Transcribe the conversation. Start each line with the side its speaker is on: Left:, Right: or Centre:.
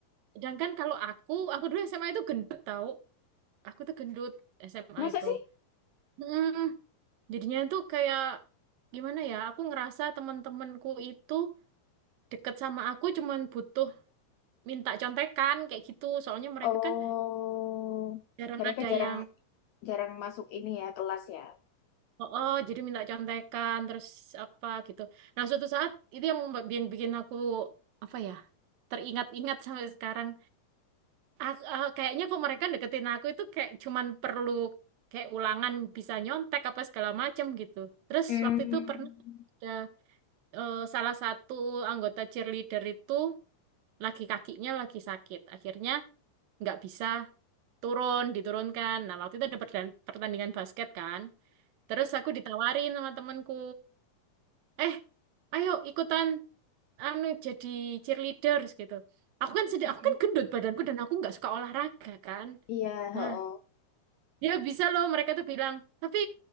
Right: Sedangkan kalau aku, aku dulu SMA itu gendut tau. Aku tuh gendut SMA
Left: Masa
Right: itu.
Left: sih?
Right: Mm, jadinya tuh kayak gimana ya? Aku ngerasa teman-temanku itu deket sama aku cuman butuh minta contekan kayak gitu. Soalnya mereka
Left: oh
Right: kan jarang
Left: mereka
Right: ada
Left: jarang
Right: yang
Left: jarang masuk ini ya kelas ya
Right: oh, oh, jadi minta contekan terus apa gitu. Nah, suatu saat itu yang, memba- yang bikin aku apa ya? Teringat-ingat sampai sekarang Ak- eh, kayaknya kok mereka deketin aku itu kayak cuman perlu kayak ulangan bisa nyontek apa segala macem gitu. Terus
Left: Hmm.
Right: waktu itu pernah ada eh, salah satu anggota cheerleader itu lagi kakinya lagi sakit. Akhirnya nggak bisa turun, diturunkan. Nah waktu itu ada perdan- pertandingan basket kan. Terus aku ditawarin sama temanku, eh ayo ikutan anu jadi cheerleaders gitu. Aku kan sedih,
Left: Mm-mm.
Right: aku kan gendut badanku dan aku nggak suka olahraga kan.
Left: iya
Right: Nah,
Left: oh
Right: Ya bisa loh mereka tuh bilang, tapi